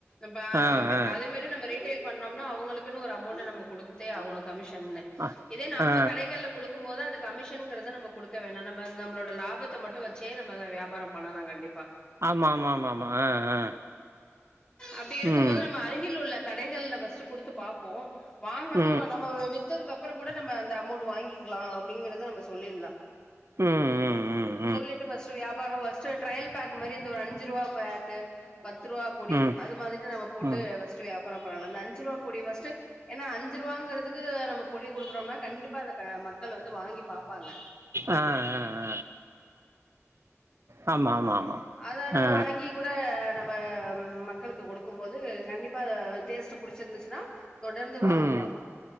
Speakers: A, on the left (about 15°); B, on the right (about 60°).
A: ப்ப
B: ஆ ஆ
A: அதே மார் நம்ம ரீட்டெய்ல் பண்ணோம்னா அவங்களுக்கு ஒரு அமௌண்ட் நம்ம கொடுத்தே ஆகனு கமிஷன்னு
B: அ
A: இதே நம்ம
B: ஆ
A: கடைகள்ல கொடுக்கும் போது அந்த கமிஷன்ங்கிறத நம்ம குடுக்க வேண்டா நம்ம நம்மளோட லாபத் த்த மட்டு வச்சே நம்மதா வியாபாரோ பண்ணலா கண்டிப்பா
B: ஆமா ஆமா ஆமா ஆமா ஆ ஆ
A: அப்டி இருக்கும்
B: ம்
A: போது நம்ம அருகில் உள்ள கடைகள்ல ஃபஸ்ட்டு குடுத்து பாப்போ வாங்காம
B: ம்
A: நம்ம வித்ததுக்கு அப்புற கூட நம்ம அந்த அமௌண்ட்ட வாங்கிக்கலா அப்படிங்கறத நம்ம சொல்லிர்லா
B: உஉ உ
A: சொல்லிட்டு ஃபஸ்ட் வியாபாரோ ஃபஸ்ட் ட்ரயல் பேக் மாரி இந்த ஒரு அஞ்சு ரூவா பேக்கு பத்து ரூவா பொடி
B: ம்
A: அது மாதிரி நம்ம போட்டு
B: ம்
A: ஃபஸ்ட் வியாபாரோ பன்னலா அந்த அஞ்சு ரூவா பொடி ஃபஸ்டு ஏன்னா அஞ்சு ரூபாங்கிறதுக்கு நம்ம பொடி குடுக்குறோம்னா கண்டிப்பா அத மக்கள் வந்து வாங்கி பாப்பாங்க
B: ஆ ஆ அ ஆ ஆமா ஆமா ஆமா
A: அத நம்ம
B: ஆ
A: வாங்கி கூட நம்ம மக்களுக்கு கொடுக்கும் போது கண்டிப்பா டேஸ்ட் புடிச்சிருந்துச்சுன்னா தொடர்ந்து வாங்குவாங்க
B: ம்